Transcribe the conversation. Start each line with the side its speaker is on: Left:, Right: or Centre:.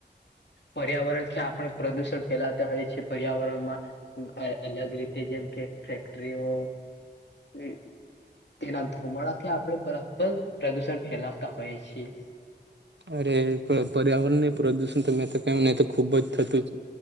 Left: પર્યાવરણ થી આપણે પ્રદુષણ ફેલાતા હોઇએ છીએ. પર્યાવરણમાં અલગ રીતે જેમ કે ફેક્ટરીઓ હમ્મ. તેના ધુમાડાથી આપણે બરાબર પ્રદુષણ ફેલાવતા હોઈએ છીએ.
Right: અરે પર્યાવરણ ને પ્રદુષણ તો મેં તો કહ્યું ને તો ખુબ જ થતું છે.